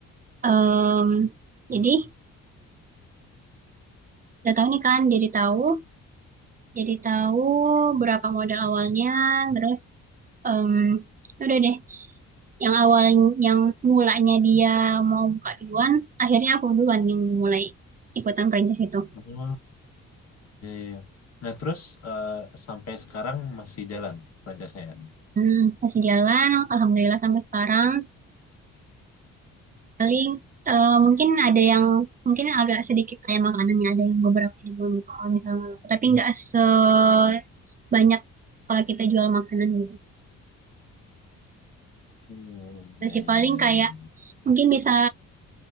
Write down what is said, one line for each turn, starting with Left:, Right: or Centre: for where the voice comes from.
Right: mmm, jadi udah tahu nih kan, jadi tahu jadi tahu berapa modal awalnya, terus Mmm, udah deh, yang awal yang mulanya dia mau buka duluan, akhirnya aku duluan yang mulai ikutan perintis itu.
Left: Oh iya iya. iya. Nah terus eh, sampai sekarang masih jalan franchise-nya ya?
Right: Mmm, masih jalan alhamdulillah sampai sekarang, paling, eee, mungkin ada yang mungkin agak sedikit kayak makanannya, ada yang beberapa ribuan gitu kalau misalnya tapi nggak sebanyak kalau kita jual makanan gitu.
Left: Oh iya
Right: masih
Left: iya
Right: paling
Left: iya
Right: kayak
Left: iya. iya.
Right: mungkin bisa,